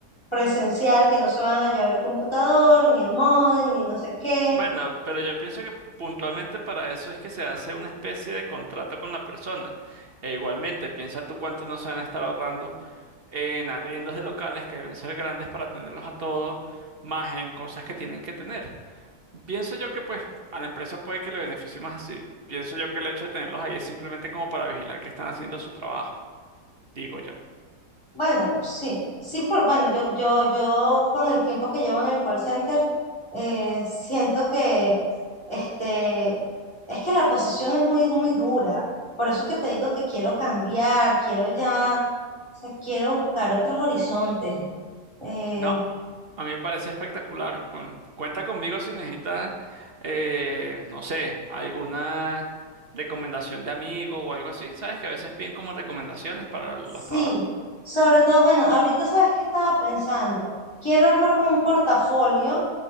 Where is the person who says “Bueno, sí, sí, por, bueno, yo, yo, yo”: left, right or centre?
Left